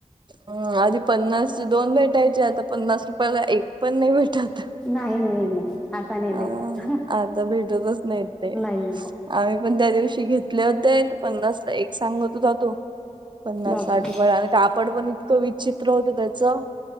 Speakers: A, on the right; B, in the centre.
A: हम्म आदी पन्नासचे दोन भेटायचे आता पन्नास रुपयाला एक पण नाही भेटत.
B: नाही नाही नाही. आता नाही
A: अ
B: भेटत
A: आता भेटतच नाही ते.
B: नाही
A: आम्ही पण त्या दिवशी घेतले होते, पन्नासला एक सांगत होता तो. पन्नास
B: बापरे
A: साठ रुपयाला आणि कापड पण इतकं विचित्र होतं त्याचं